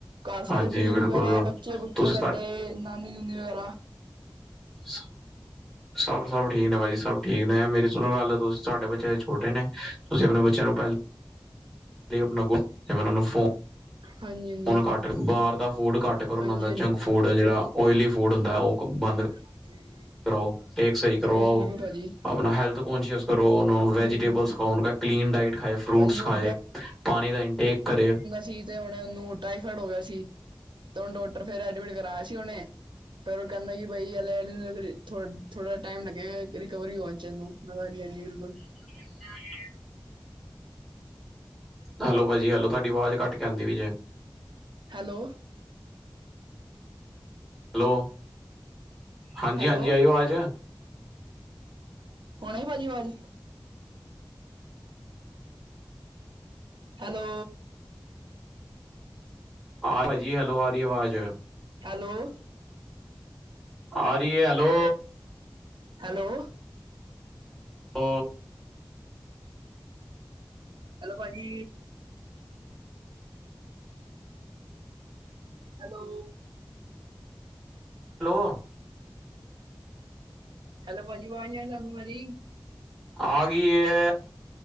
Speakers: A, on the right; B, in the centre.
A: ਘਰ ਸਾਰੇ
B: ਹਾਂਜੀ
A: ਠੀਕ
B: ਬਿਲਕੁਲ
A: ਵਗੈਰਾ ਬੱਚੇ ਬੁੱਚੇ
B: ਤੁਸੀਂ
A: ਤੁਹਾਡੇ ਨਾਨੀ ਨੂਨੀ ਵਗੈਰਾ।
B: <inaudible> ਸਭ-ਸਭ ਠੀਕ ਨੇ ਭਾਜੀ ਸਭ ਠੀਕ ਨੇ। ਮੇਰੀ ਸੁਣੋ ਗੱਲ ਤੁਸੀਂ ਤੁਹਾਡੇ ਬੱਚਿਆਂ ਛੋਟੇ ਨੇ ਤੁਸੀਂ ਆਪਣੇ ਬੱਚਿਆਂ ਨੂੰ ਪਹਿਲ <unintelligible>
A: ਹਾਂਜੀ ਹਾਂਜੀ
B: ਹੁਣ ਘੱਟ ਬਾਹਰ ਦਾ ਫੂਡ ਘੱਟ ਕਰੋ
A: ਹਾਂਜੀ
B: ਦਾ
A: ਹਾਂਜੀ
B: ਜੰਕ ਫੂਡ ਜਿਹੜਾ ਉਲੀ ਫੂਡ ਹੁੰਦਾ ਉਹ ਬੰਦ
A: <unintelligible>
B: ਕਰਾਓ ਟੇਕ ਸਹੀ ਕਰਵਾਓ
A: ਹਾਂਜੀ ਬਿਲਕੁਲ ਭਾਜੀ
B: ਆਪਣਾ ਹੈਲਥ ਕੋਨਸੀਐਸ ਕਰੋ ਉਹਨੂੰ ਵੈਜੀਟੇਬਲ
A: ਹਾਂਜੀ ਹਾਂਜੀ
B: ਖਾਓ ਉਹਨੂੰ ਕਹਿ ਕਲੀਨ ਡਾਇਟ ਖਾਏ ਫਰੂਟਸ
A: ਭਾਜੀ ਉਹ
B: ਖਾਏ ਪਾਣੀ ਦਾ ਇਨਟੇਕ ਕਰੇ।
A: ਚੀਜ਼ ਉਹਨੂੰ ਟਾਈਫਾਈਡ ਹੋ ਗਿਆ ਸੀ। ਤੇ ਡਾਕਟਰ <unintelligible> ਕਰਾਇਆ ਸੀ ਉਹਨੇ ਫਿਰ ਉਹ ਕਹਿੰਦਾ <unintelligible> ਥੋ-ਥੋੜਾ ਟਾਈਮ ਲੱਗੇਗਾ ਰਿਕਵਰੀ ਹੋਣ ਚ ਇਹਨੂੰ <unintelligible>
B: <unintelligible> ਹੈਲੋ ਭਾਜੀ ਹੈਲੋ ਤੁਹਾਡੀ ਆਵਾਜ਼ ਘੱਟ ਕੇ ਆਉਂਦੀ ਪਈ ਜੇ।
A: ਹੈਲੋ।
B: ਹੈਲੋ ਹਾਂਜੀ
A: ਹੈਲੋ
B: ਹਾਂਜੀ ਆਈ ਆਵਾਜ
A: ਹੁਣ ਆਈ ਭਾਜੀ ਆਵਾਜ਼ ਹੈਲੋ।
B: ਆਹ ਭਾਜੀ ਹੈਲੋ ਆ ਰਹੀ ਆਵਾਜ਼।
A: ਹੈਲੋ।
B: ਆ ਰਈ ਏ ਹੈਲੋ
A: ਹੈਲੋ
B: ਆ
A: ਹੈਲੋ ਭਾਜੀ ਹੈਲੋ
B: ਹੈਲੋ
A: ਹੈਲੋ ਭਾਜੀ ਅਵਾਜ ਨੀ ਆ ਰਹੀ ਤੁਹਾਨੂੰ ਮੇਰੀ
B: ਆ ਗਈ ਏ